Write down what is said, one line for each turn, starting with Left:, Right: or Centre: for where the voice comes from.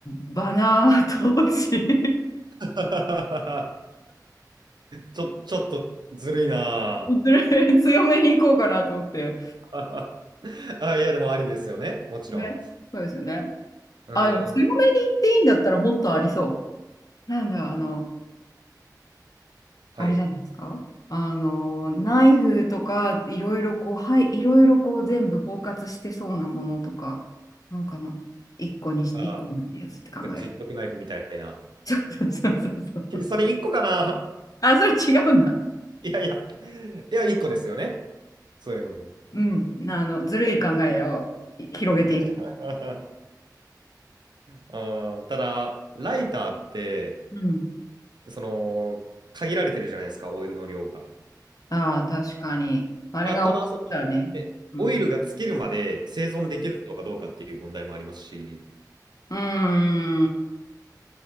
Left: バナー投資
Right: <laughs> ちょ、ちょっとずるいな。
Left: <laughs> 強めに行こうかなと思って。
Right: <laughs> あ、いや、でもありですよね。もちろん。
Left: ね。そうですよね。
Right: うーん。
Left: あ、でも強めに行っていいんだったらもっとありそう。なんだろう、あの、
Right: はい。
Left: あれじゃないですか。あの、ナイフとか、いろいろこう、はい、いろいろこう全部包括してそうなものとか、なんかな、一個にし、
Right: あー、
Left: 一個にってやつって考える。
Right: なんか十徳ナイフみたいな。
Left: そうそうそうそう。
Right: <laughs> えそれ一個かな <laughs>
Left: あ、それ違うんだ。
Right: いやいや。いや、一個ですよね。そういうのも。
Left: うん。あの、ずるい考えをい広げていく。
Right: <laughs> あー、ただ、ライターって、
Left: うん。
Right: その、限られてるじゃないですか、オイルの量が。
Left: ああ、確かに。あれが起こったらね。
Right: まあ、ただその、ねオイルが尽きるまで生存できるのかどうかっていう問題もありますし、
Left: うん。うん。うー